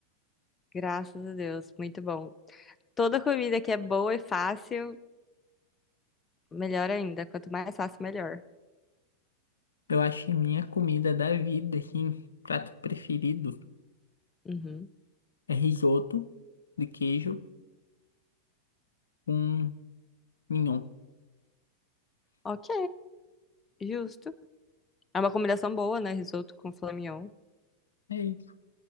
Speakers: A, on the left; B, on the left.
A: graças a Deus, muito bom. Toda comida que é boa e fácil, melhor ainda. Quanto mais fácil, melhor.
B: Eu acho que minha comida da vida, assim, prato preferido
A: Uhum.
B: é risoto de queijo com mignon.
A: Ok, justo. É uma combinação boa, né? Risoto com flamignon.
B: É isso.